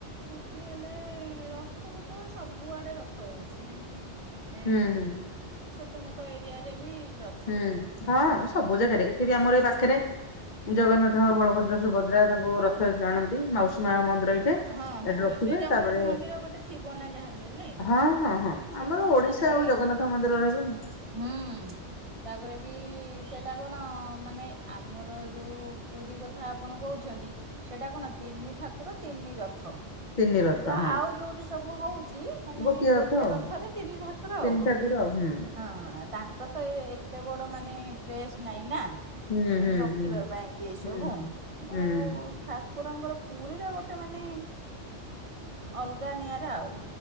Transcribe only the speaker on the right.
ଛୁଟି ହେଲେ-ଏ-ଏ-ଏ ରଥକୁ ତ ସବୁଆଡ଼େ ରଥ ହଉଛି ଯେମିତି ଏ
ଛୋଟ ମୋଟ ଏରିଆରେ ବି ରଥ୍।
ସବୁ
ହଁ ହଁ
ସେ ଜଗନ୍ନାଥ
ମନ୍ଦିର ଗୋଟେ ଥିବ ନା ଯାହାବି ହେଲେ
ଥିବ
ତାପରେ
ହୁଁ ତାପରେ ବି ସେଇଟା କଣ ମାନେ ଆମର ଯୋଉ। ପୁରୀ କଥା ଆପଣ କହୁଛନ୍ତି ସେଟା କଣ ତିନି ଠାକୁର ତିନି ରଥ।
କିନ୍ତୁ ଆଉ
ଯୋଉଠି ସବୁ ହଉ ଚି ମାନେ
ଗୋଟେ
ରଥରେ ତିନି ଠାକୁର
ଆଉ,
ହଁ ତାଙ୍କ୍ କତ ଏ ଏତେ ବଡ ମାନେ ପ୍ରେସ୍ ନାଇଁ ନା।
ମାନେ
ରଖିବା
ପାଇଁକି ଏଇ ସବୁ
ମୁଁ
ଆଉ
ଠାକୁରଙ୍କର। ପୁରୀର ଗୋଟେ ମାନେ ଅଲଗା ନିଆରା ଆଉ।